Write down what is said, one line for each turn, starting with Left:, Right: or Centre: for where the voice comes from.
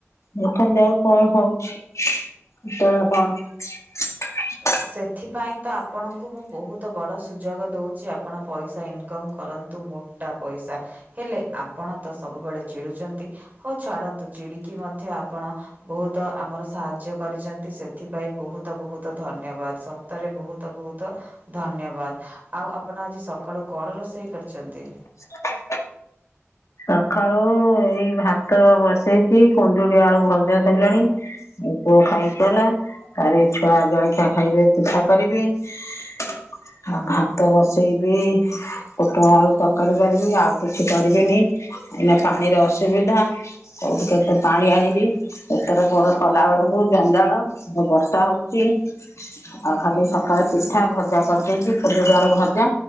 Left: ଦେଖ ଯାଉ କଣ ହଉଛି କେତେବେଳେ କଣ?
Right: ସେଥିପାଇଁ ତ ଆପଣଙ୍କୁ ମୁଁ ବହୁତ ବଡ଼ ସୁଯୋଗ ଦଉଛି ଆପଣ ପଇସା ଇନକମ୍ କର କିନ୍ତୁ ମୋଟା ପଇସା। ହେଲେ ଆପଣ ତ ସବୁବେଳେ ଚିଡୁଚନ୍ତି ହଉ ଛାଡନ୍ତୁ ଚିଡିକି ମଧ୍ୟ ଆପଣ ବହୁତ ଆମର ସାହାଯ୍ୟ କରିଚନ୍ତି ସେଥିପାଇଁ ବହୁତ ବହୁତ ଧନ୍ୟ ବାଦ୍ ସତରେ ବହୁତ ବହୁତ ଧନ୍ୟବାଦ ଆଉ ଆପଣ ଆଜି ସକାଳୁ କଣ ରୋଷେଇ କରିଚନ୍ତି?
Left: ହ ସଖାଳୁ ଏଇ ଭାତ ବସେଇକି କୁନ୍ଦୁଡ଼ି ଆଳୁ ଭଜା ସଇଲାଣି। ମୋ ପୁଅ ଖାଇକି ଗଲା ତାରେ ଛୁଆ ଜଳଖିଆ ଖାଇବେ ପିଠା କରିବି। ଆଉ ଭାତ ବସେଇବି ପୋଟଳ ଆଳୁ ତରକାରୀ କରିବି ଆଉ କିଛି କରିବିନି। ଏଇନା ପାଣିରେ ଅସୁବିଧା। କୋଉଠୁ କେତେ ପାଣି ଆଣିବି ଓପର ଘର କଲା ବେଳକୁ ଜଞ୍ଜାଳ <unintelligible> ବର୍ଷା ହଉଚି। <unintelligible> ଆଉ ଖାଲି ସକାଳେ ପିଠା ଭଜା କରିଦେଇଚି କୁନ୍ଦୁରି ଆଳୁ ଭଜା